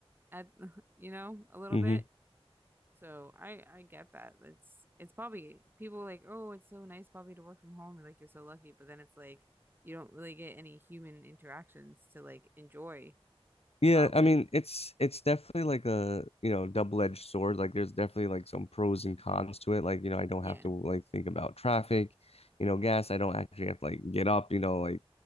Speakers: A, on the right; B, on the left.
A: at <laughs> you know, a little
B: hmm
A: bit. So I I get that. It's it's probably people are like, "Oh, it's so nice probably to work from home." You're like, "You're so lucky." But then it's like you don't really get any human interactions to like enjoy
B: Yeah,
A: probably.
B: I mean it's it's definitely like a you know double-edged sword. Like there's definitely like some pros and cons to it. Like you know I don't
A: Yeah.
B: have to like think about traffic, you know gas. I don't actually have to like get up, you know like